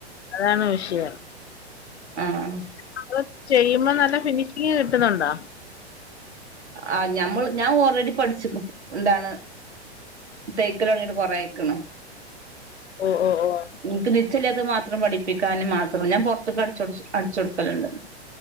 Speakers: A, on the left; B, on the right.
A: അതാണ് വിഷയം,
B: ആഹ്,
A: നമ്മള് ചെയ്യുമ്പോ നല്ല ഫിനിഷിങ് കിട്ടുന്നുണ്ടോ?
B: ആഹ് ഞമ്മൾ ഞാൻ ഓൾറെഡി പഠിച്ചു എന്താണ്, തേക്കൽ തൊടങ്ങീട്ട് കൊറേയ്ക്കണ്,
A: ഓഹ് ഓഹ് ഓഹ്,
B: നിക്ക് നിശ്ചല്ലാത്ത മാത്രം പഠിപ്പിക്കാനും മാത്രം ഞാൻ പൊറത്ത്ക്ക് അടി അടിച്ചൊടുക്കലുണ്ട്,